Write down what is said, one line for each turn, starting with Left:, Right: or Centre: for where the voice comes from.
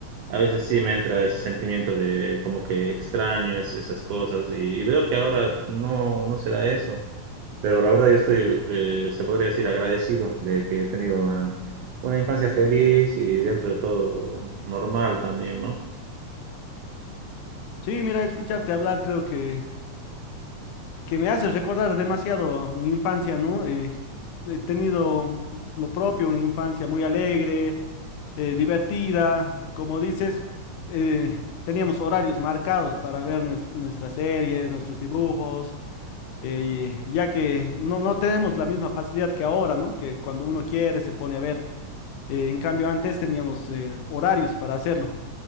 Right: a veces sí me entra ese sentimiento de como que extraño es- esas cosas y, y veo que ahora no, no se da eso. Pero la verdad yo estoy, eh, se podría decir, agradecido de que he tenido una, una infancia feliz y dentro de todo normal también, ¿no?
Left: Sí, mira, escucharte hablar creo que que me hace recordar demasiado mi infancia, ¿no? Eh, he tenido lo propio, una infancia muy alegre, eh, divertida. Como dices, eh, teníamos horarios marcados para ver nues- nuestras series, nuestros dibujos, eh, y- ya que no, no tenemos la misma facilidad que ahora, ¿no? Que cuando uno quiere se pone a ver. Eh, en cambio, antes teníamos eh, horarios para hacerlo.